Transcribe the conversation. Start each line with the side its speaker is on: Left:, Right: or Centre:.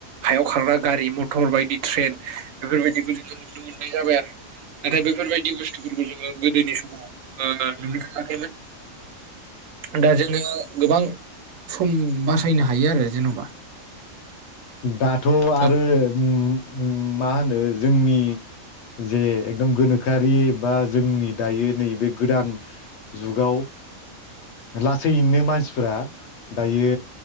Right: हायाव खारग्रा गारि मथर बायदि ट्रेन बेफोरबायदिखौ जोङो नुनो मोननाय जाबाय आरो नाथाय बेफोरबायदि बुस्थुफोरखौ जोङो गोदोनि समाव नुनो थाखैमोन दा जोङो गोबां सम बासायनो हायो आरो जेन'बा
Left: दाथ' आरो
Right: औ
Left: उम उम मा होनो जोंनि जे एकदम गोनोखोआरि बा जोंनि दायो नैबे गोदान जुगाव लासैैनो मानसिफ्रा दायो